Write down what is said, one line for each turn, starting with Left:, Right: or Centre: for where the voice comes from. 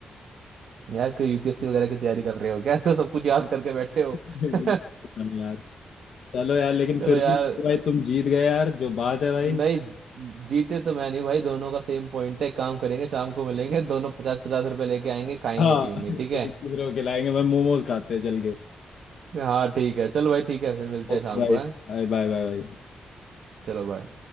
Right: यार क्यों यूपीएससी वगैरह की तैयारी कर रहे हो क्या ऐसे सब कुछ याद करके बैठे हो
Left: हाँ
Right: <laughs>
Left: यार चलो यार लेकिन
Right: चलो
Left: फिर
Right: यार
Left: भी तो भाई तुम जीत गए यार जो बात है भाई
Right: नहीं जीते तो मैं नहीं भाई दोनों का सेम पॉइंट है काम करेंगे शाम को मिलेंगे दोनों पचास पचास रुपए लेके आएंगे खाएंगे
Left: हाँ
Right: पिएंगे
Left: एक
Right: ठीक है
Left: दूसरे को खिलाएंगे भाई मोमोज खाते हैं चल के
Right: हाँ ठीक है चलो भाई ठीक है फिर मिलते
Left: ओके
Right: हैं शाम
Left: भाई
Right: को है
Left: Bye bye bye bye
Right: चलो बाय